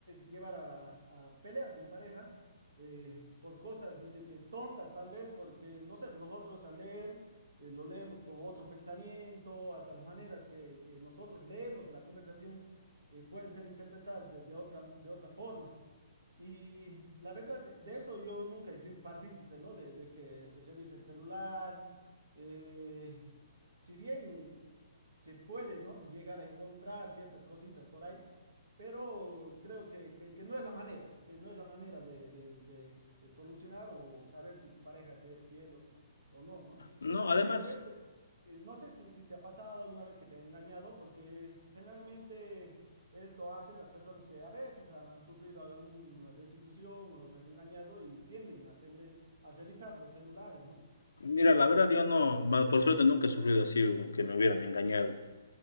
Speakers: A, on the right (about 70°); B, on the left (about 70°).
A: llevar a, a peleas en pareja eh, por cosas medio que tontas tal vez, porque no sé, nosotros al leer eh, lo leemos con otro pensamiento, hasta las maneras que, que nosotros leemos la conversación eh, pueden ser interpretadas de, de otra, de otra forma. Y la verdad, de eso yo nunca he sido partícipe, ¿no? De, de que se revise el celular. eh, si bien se puede, ¿no? Llegar a encontrar ciertas cositas por ahí, pero creo que, que- que no es la manera, que no es la manera de, de- de- de solucionar o saber si tu pareja te es fiel o, o no, ¿no?
B: No,
A: Eh,
B: además,
A: esto, eh, no sé si, si te ha pasado alguna vez que te han engañado, porque generalmente esto hacen las personas que a veces han, han sufrido alguna desilusión o los han engañado y tienden a tender a revisar los celulares, ¿no?
B: mira, la verdad yo no, va, por suerte nunca he sufrido así, como que me hubieran engañado.